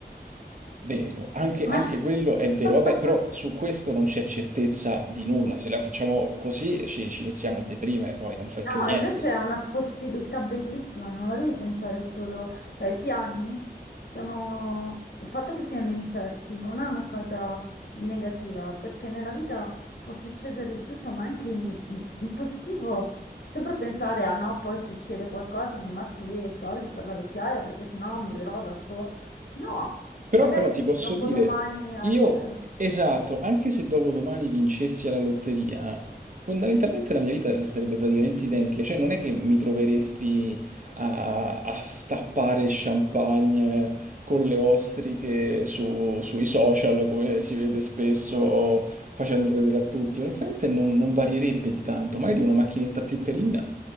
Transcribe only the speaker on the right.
Vero, anche,
anche quello è vero. Vabbè, però su questo non c'è certezza di nulla. Se la facciamo così ci, ci iniziamo a deprimere, poi non fai più niente.
Però,
però
ti posso
dire,
io, esatto, anche se dopodomani vincessi alla lotteria, fondamentalmente la mia vita resterebbe praticamente identica, cioè non è che mi troveresti a, a stappare champagne con le ostriche su- sui social, come si vede spesso, facendolo vedere a tutti. Onestamente non, non varierebbe di tanto, magari una macchinetta più carina.